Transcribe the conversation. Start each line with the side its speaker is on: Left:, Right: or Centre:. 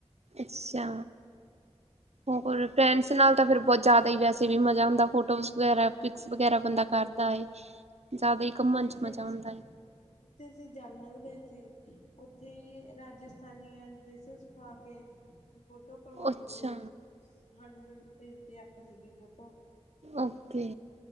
Right: ਅੱਛਾ ਹੋਰ? ਫਰੈਂਡਸ ਨਾਲ ਤਾਂ ਫੇਰ ਬਹੁਤ ਜ਼ਿਆਦਾ ਹੀ ਵੈਸੇ ਵੀ ਮਜ਼ਾ ਹੁੰਦਾ ਫੋਟੋਜ਼ ਵਗੈਰਾ ਪਿਕਸ ਵਗੈਰਾ
Left: ਹੂੰ
Right: ਬੰਦਾ ਕਰਦਾ ਹੈ ਜ਼ਿਆਦਾ ਹੀ ਘੁੰਮਣ
Left: ਜਿੱਥੇ
Right: ਚ ਮਜ਼ਾ ਆਉਂਦਾ ਏ।
Left: ਜਿੱਥੇ ਸੀ <unintelligible> ਗਏ ਸੀ ਉੱਥੇ ਰਾਜਸਥਾਨੀਆਂ ਡਿਸ ਪਾ ਕੇ ਫੋਟੋ ਕਰਵਾਉਂਦੇ
Right: ਅੱਛਾ
Left: ਸੀ ਹੰਡਰਡ ਰੁਪੀਜ਼ ਦੀ ਇੱਕ ਸੀਗੀ ਫੋਟੋ।
Right: ਓਕੇ।